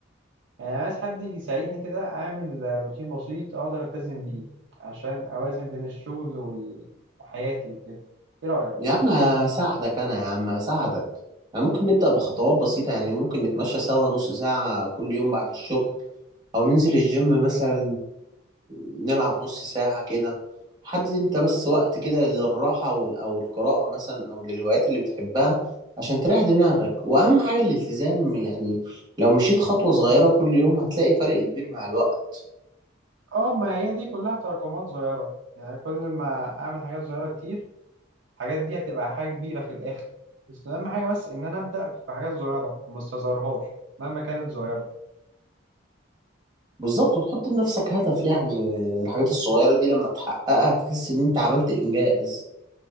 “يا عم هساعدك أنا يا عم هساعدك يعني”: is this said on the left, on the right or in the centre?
Right